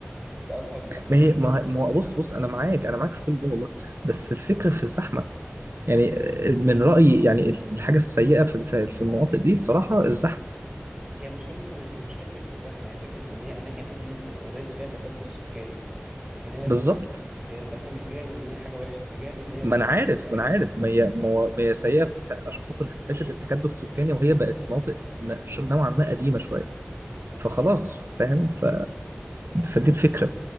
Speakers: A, on the right; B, on the right.
A: انت أسهل أسهل
B: ما هي
A: بكتير
B: ما ما- بص بص انا معاك انا معاك في كل ده والله بس الفكره في الزحمه يعني من رأيي يعني الحاجة السيئة في الف- في المناطق دي الصراحة الزحمة
A: هي مشكلتها مش مش فكرة الزحمة هي فكرة إن هي أماكن قديمة فأنت أوريدي فيها تكدس سكاني لكن هي
B: بالظبط
A: الزحمة هي الزحمة مش جاية من إن هي حاجة وحشة هي جاية من إن هي
B: ما
A: بس
B: انا عارف
A: أماكن
B: ما انا عارف
A: قديمة
B: ما هي ما هو- ما هي سيئة في- عشان خاطر حتة التكدس السكاني وهي بقت مناطق ن- نوعا ما قديمة شوية
A: بالظبط
B: فخلاص فاهم ف... فدي الفكرة